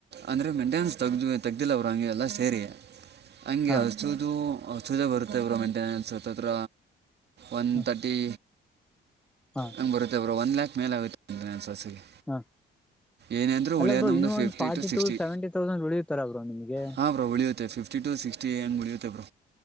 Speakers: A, on the right; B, in the centre.
A: ಅಂದರೆ ಮೇಂಟೆನೆನ್ಸ್ ತೆಗ್ದ ತೆಗ್ದಿಲ್ಲ ಅವರು ಹಂಗೆ ಎಲ್ಲ ಸೇರಿ ಹಂಗೆ
B: ಹಾ
A: ಹಸದು ಛದ ಬರುತ್ತೆ ಇ ಬರು ಮೈಂಟೆನೆೆನ್ಸ್ ತತ್ರ ಒನ್
B: ಹ
A: ತರ್ಟಿ
B: ಹಾ
A: ಹಂಗ್ ಬರುತ್ತೆ ಬ್ರ ಒನ್ ಲ್ಯಾಕ್ ಮೇಲೆ ಆಗುತ್ತೆ ಹಸುಗೆ
B: ಹಾ
A: ಏನೇ ಅಂದರೂ
B: ಅಲ್ಲ
A: ಉಳಿಯೋದು
B: ಬ್ರೋ
A: ನಮ್ಮದು
B: ಇನ್ನು ಒಂದು
A: fifty
B: forty
A: sixty
B: to seventy thousand ಉಳಿಯತಾರ ಬ್ರೋ ನಿಮ್ಗೆ
A: ಹಾಂ ಬ್ರೋ ಉಳಿಯುತ್ತೆ ಫಿಫ್ಟಿ ಸಿಕ್ಸ್ಟಿಏನ್ ಮುಡುತ್ತೆ ಬೋ